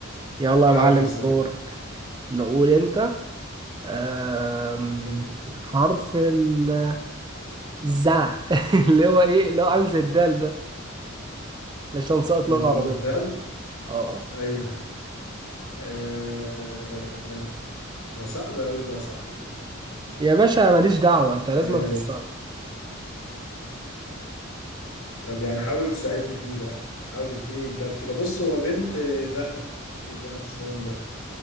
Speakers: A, on the right; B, on the left.
A: يلا يا
B: عاش
A: معلم
B: بصراحة
A: دور نقول أنت آم،
B: ماشي.
A: حرف ال- الزا <laughs> اللي هو إيه اللي هو عامل زي الدال ده عشان ساقط
B: الذل
A: لغة عربية أه أه
B: ايوه آه، ده صعب قوي ده يا صاحبي ده
A: يا باشا ماليش دعوة أنت لازم
B: آه،
A: تتصرف
B: طب يعني حاول تساعدني فيه بقى حاول تديني انتات كده بص هو بنت آه، ذهب في بنات اسمهم ده